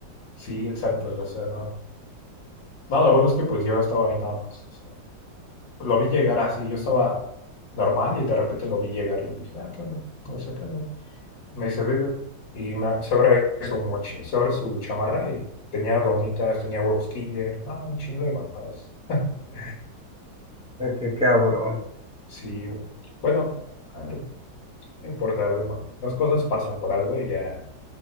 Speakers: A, on the left; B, in the centre.
A: Sí, exacto. O sea, no. No, lo bueno es que pues yo estaba ahí nada más. o sea, lo vi llegar así, yo estaba normal y de repente lo vi llegar y dije, ah, qué onda, o sea, qué onda. Me dice, ve, güey. Y me, sobre eso, mochi- sobre su chamarra y tenía donitas, tenía huevos Kinder, no, un chingo de mamadas. <laughs>
B: Eh, qué cabrón.
A: Sí, bueno, eh, no importa, bueno, las cosas pasan por algo y ya,